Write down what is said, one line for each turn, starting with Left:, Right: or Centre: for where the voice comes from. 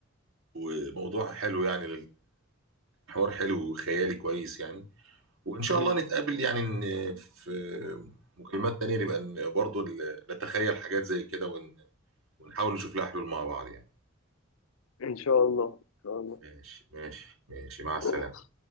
Right: وموضوع حلو يعني الحوار حلو وخيالي كويس يعني وان شاء
Left: مم.
Right: الله نتقابل يعني ن- في مكالمات تانية نبقى ن- برضو ال- نتخيل حاجات زي كده ون... ونحاول نشوف لها حلول مع بعض يعني
Left: ان شاء الله ان شاء
Right: ماشي ماشي ماشي مع السلامه
Left: الله